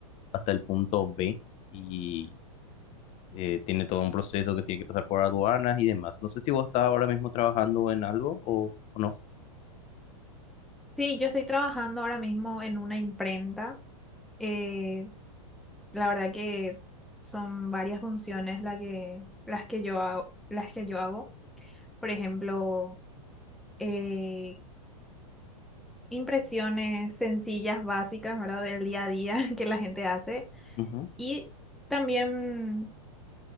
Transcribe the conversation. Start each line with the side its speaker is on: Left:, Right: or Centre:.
Left: hasta el punto B y eh, tiene todo un proceso que tiene que pasar por aduanas y demás. No sé si vos estás ahora mismo trabajando en algo o, o no.
Centre: Sí, yo estoy trabajando ahora mismo en una imprenta. Eh, la verdad que son varias funciones la que, las que yo hago, las que yo hago. Por ejemplo, eh, impresiones sencillas, básicas, ¿verdad? Del día a día <laughs> que la gente hace.
Left: Ujú.
Centre: Y también